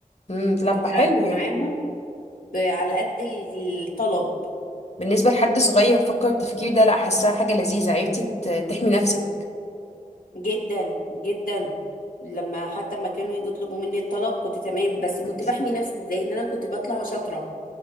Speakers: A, on the left (about 50°); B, on the left (about 80°).
A: امم طب
B: كنت بتعامل
A: حلو يعني
B: معاهم ب- على قد ال- الطلب
A: بالنسبة لحد صغير وفكر التفكير ده لا حاساها حاجة لذيذة عرفتي ت- تحمي نفسك
B: جدا جدا لما حتى ما كانوا يجوا يطلبوا مني الطلب كنت تمام بس كنت
A: كنت
B: بحمي نفسي ازاي ان انا كنت بطلع شاطرة